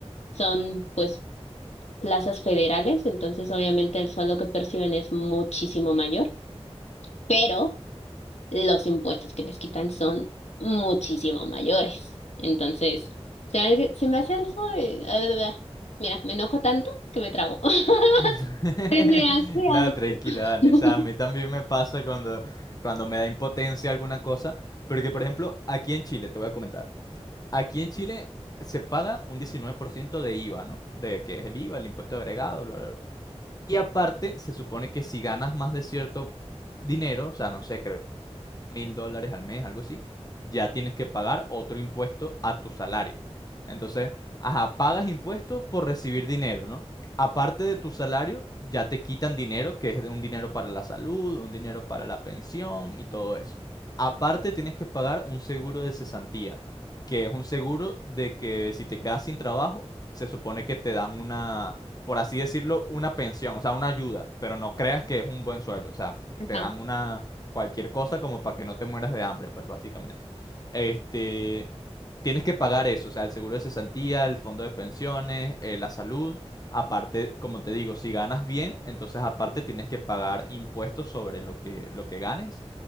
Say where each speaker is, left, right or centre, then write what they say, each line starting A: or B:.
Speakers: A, on the left; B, on the left.
A: son, pues, plazas federales, entonces obviamente el sueldo que perciben es muchísimo mayor, pero los impuestos que les quitan son muchísimo mayores. Entonces, se, me se me hace algo... eh, ah, bla, bla, bla. Mira, me enojo tanto que me trabo. <laughs>
B: <laughs>
A: Se me hace
B: No, tranquila,
A: algo.
B: Dani. O sea, a mí también me pasa cuando, cuando me da impotencia alguna cosa. Porque, por ejemplo, aquí en Chile, te voy a comentar. Aquí en Chile se paga un 19% de IVA, ¿no? De que es el IVA, el impuesto agregado, bla, bla, bla. Y aparte, se supone que si ganas más de cierto dinero, o sea, no sé, creo mil dólares al mes, algo así, ya tienes que pagar otro impuesto a tu salario. Entonces, ajá, pagas impuestos por recibir dinero, ¿no? Aparte de tu salario, ya te quitan dinero, que es de un dinero para la salud, un dinero para la pensión y todo eso. Aparte, tienes que pagar un seguro de cesantía, que es un seguro de que si te quedas sin trabajo, se supone que te dan una, por así decirlo, una pensión, o sea, una ayuda, pero no creas que es un buen sueldo, o sea,
A: <laughs>
B: te dan una cualquier cosa como para que no te mueras de hambre, pues básicamente. Este, tienes que pagar eso, o sea, el seguro de cesantía, el fondo de pensiones, eh, la salud. Aparte, como te digo, si ganas bien, entonces aparte tienes que pagar impuestos sobre lo que, lo que ganes.